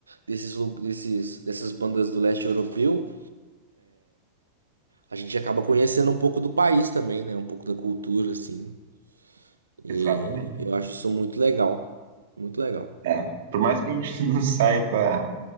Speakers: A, on the right (about 75°); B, on the right (about 55°).
A: Desses, lu- desses, dessas bandas do leste europeu, a gente acaba conhecendo um pouco do país também, né? Um pouco da cultura, assim. E
B: exatamente.
A: eu acho isso muito legal. Muito legal.
B: É. Por mais que a gente <laughs> não saia pra